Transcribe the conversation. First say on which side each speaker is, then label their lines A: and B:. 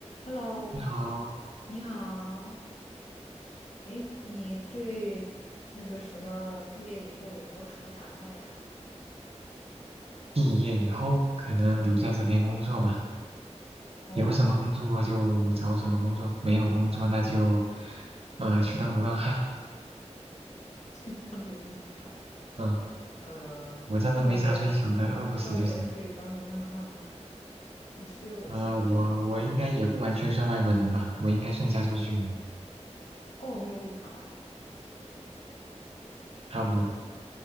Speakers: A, on the left; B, on the right.
A: Hello，
B: 你好，
A: 你好。哎，你对那个什么毕业以后有没有什么打算呀？
B: 毕业以后可能留在这边工作吧，
A: 嗯哼，哦，
B: 有什么工作就找什么工作，没有工作那就，呃，去当流浪汉。
A: 去当流浪汉。
B: 嗯，
A: 呃，
B: 我真的没啥追求的，
A: 外国人，
B: 饿不死就行。
A: 外国人可以当流浪汉吗？<laughs> 你是不是要有签证？
B: 呃，我我应该也不完全算外国人吧，我应该算加州居民，
A: 哦，你有绿卡啦，
B: 差不多。